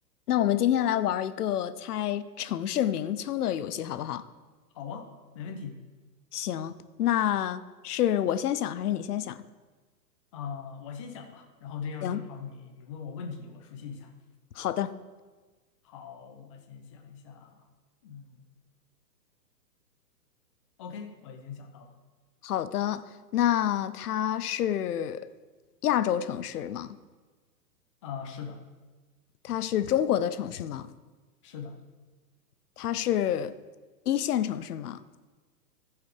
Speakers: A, on the left; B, on the left.
A: 那我们今天来玩一个猜城市名称的游戏，好不好？
B: 好啊，没问题
A: 行，那是我先想还是你先想？
B: 啊，我先想吧，然后这样正好你问我问题，
A: 行，
B: 我熟悉一下。
A: 好的，
B: 好，我先想一下，嗯，OK，我已经想到了
A: 好的。那它是亚洲城市吗？
B: 啊，是的，
A: 它是中国的城市吗？
B: 是的，
A: 它是一线城市吗？